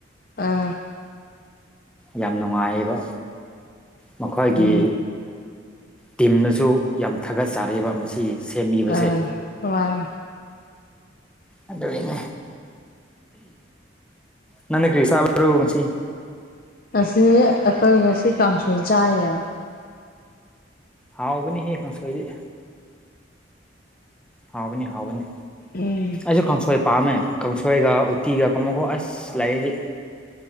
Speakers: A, on the left; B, in the centre.
A: ꯑꯥ
B: ꯌꯥꯝ ꯅꯨꯡꯉꯥꯏꯌꯦꯕ ꯃꯈꯣꯏꯒꯤ
A: ꯎꯝ
B: ꯇꯤꯝꯅꯁꯨ ꯌꯥꯝ ꯊꯥꯒꯠꯆꯔꯦꯕ ꯃꯁꯤ ꯁꯦꯝꯕꯤꯕꯁꯦ
A: ꯑꯥ ꯃꯃꯥꯡ
B: ꯑꯗꯨꯒꯤꯅꯤ ꯅꯪꯅ ꯀ꯭ꯔꯤ ꯆꯥꯕ꯭ꯔꯣ ꯉꯁꯤ
A: ꯉꯁꯤ ꯑꯩꯈꯣꯏ ꯉꯁꯤ ꯀꯥꯡꯁꯣꯏ ꯆꯥꯏꯌꯦ
B: ꯍꯥꯎꯕꯅꯤ ꯍꯦ ꯀꯥꯡꯁꯣꯏꯗꯤ ꯍꯥꯎꯕꯅꯤ ꯍꯥꯎꯕꯅꯤ
A: ꯎꯝ
B: ꯑꯩꯁꯨ ꯀꯥꯡꯁꯣꯏ ꯄꯥꯝꯃꯦ ꯀꯪꯁꯣꯏꯒ ꯎꯇꯤꯒ ꯀꯃꯀꯣ ꯑꯁ ꯂꯥꯏꯔꯤꯛ